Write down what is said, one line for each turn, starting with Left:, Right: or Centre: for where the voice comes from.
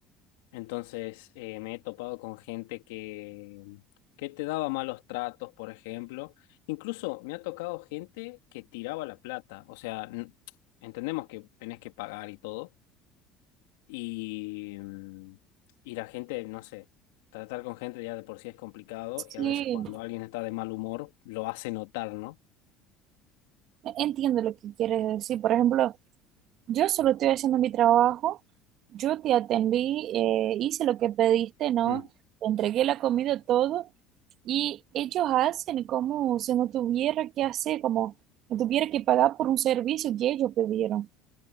Left: Entonces eh, me he topado con gente que, que te daba malos tratos, por ejemplo. Incluso me ha tocado gente que tiraba la plata. O sea, n- entendemos que tenés que pagar y todo. Y, mm, y la gente, no sé, tratar con gente ya de por sí es complicado
Right: Sí,
Left: y a veces cuando alguien está de mal humor lo hace notar, ¿no?
Right: Entiendo lo que quieres decir. Por ejemplo, yo solo estoy haciendo mi trabajo, yo te atendí, eh, hice lo que pediste, ¿no?
Left: Mm.
Right: Te entregué la comida, todo, y ellos hacen como si no tuviera que hacer, como si no tuviera que pagar por un servicio que ellos pidieron.